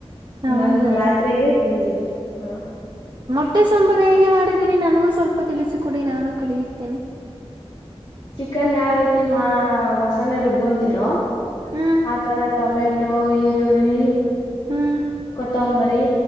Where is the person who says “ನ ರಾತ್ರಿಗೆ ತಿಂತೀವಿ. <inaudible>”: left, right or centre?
Left